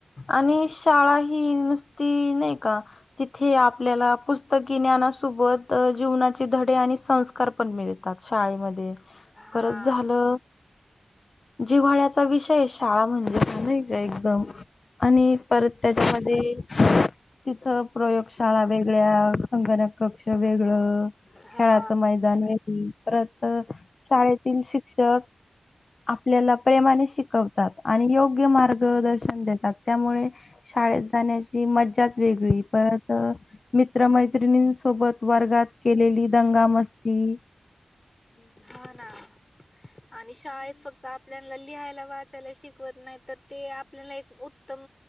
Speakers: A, on the left (about 60°); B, on the left (about 20°).
A: आणि शाळा ही नुसती नाही का तिथे आपल्याला पुस्तकी ज्ञानासोबत जीवनाचे धडे आणि संस्कार पण मिळेल त्यात शाळेमध्ये
B: हा
A: खरच झालं जिव्हाळ्याचा विषय शाळा म्हणजे नाही एकदम आणि परत त्याच्या ते तिथं प्रयोगशाळा वेगळ्या संगणक कक्ष वेगळं
B: हा
A: खेळाचं मैदान वेगळी परत शाळेतील शिक्षक आपल्याला प्रेमाने शिकवतात आणि योग्य मार्गदर्शन देतात त्यामुळे शाळेत जाण्याची मज्जाच वेगळी परत मित्रमैत्रिणींसोबत वर्गात केलेली दंगा मस्ती
B: हा ना आणि शाळेत फक्त आप आपल्याला लिहायला वाचायला शिकवत नाही तर ते आपल्याला एक उत्तम